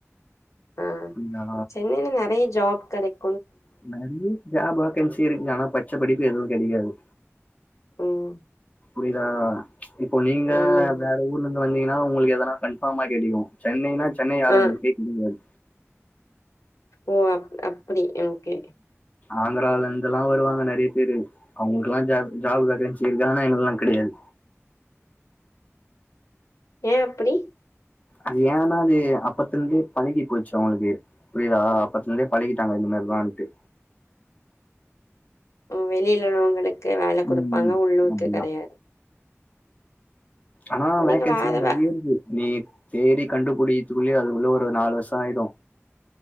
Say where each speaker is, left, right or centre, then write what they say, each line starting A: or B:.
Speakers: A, on the left (about 80°); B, on the left (about 30°).
A: ஆ
B: நா
A: சென்னையில நெறைய ஜாப் கெடைக்
B: நிறைய ஜாப் வாக்கன்சி இருக்குங்க ஆனா பச்சப்படிப்பு எதுவு கிடையாது
A: ம்
B: புரியுதா இப்போ நீங்க
A: ஆமா ஆமா
B: வேற ஊர்லந் து வந்தீங்கன்னா உங்களுக் எதனா கன்ஃபார்மா கிடைக்கு சென்னைனா சென்னை ஆளுங்கக்கே
A: ஆ
B: கிடைக்காது
A: ஓ அப் அப்படி ஓகே
B: ஆந்திராவில இருந்துல்லா வருவாங்க நிறைய பேரு அவங்களுக்கெல்லா ஜா ஜாப் வேக்கன்ச்சி இருக்கு ஆனா எங்களுகெல்லா கிடையாது
A: ஏ அப்படி
B: அது ஏன்னா அது அப்பத்த இருந்தே பழகி போச்சு அவங்களுக்கு புரிதா அப்பத்துல இருந்தே பழிக்கிட்டாங்க இந்த மாரிதான்ட்டு
A: வெளியில உள்ளவங்களுக்கு வேல குடுப்பாங்க
B: ம்
A: உள்ளூக்கு
B: அப்டிதா
A: கெடையாது
B: ஆனா
A: அப்ப
B: வேகன்சில்லா
A: நீங்க வேற
B: நெறைய
A: வே
B: இருக்கு நீ தேடி கண்டுபுடிகித்துக்குள்ளயே அதுக்குள்ள ஒரு நாலு வருஷம் ஆயிடு